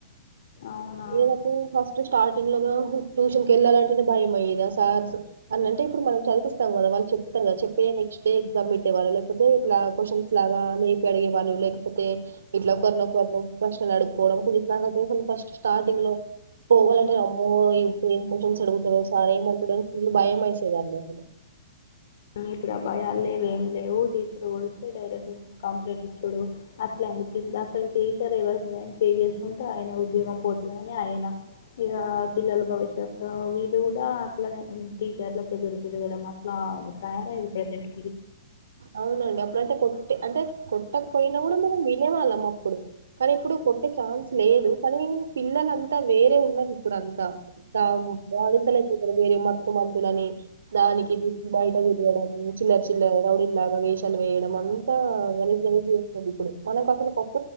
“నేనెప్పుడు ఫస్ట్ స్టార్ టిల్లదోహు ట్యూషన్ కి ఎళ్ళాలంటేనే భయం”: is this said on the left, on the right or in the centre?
Right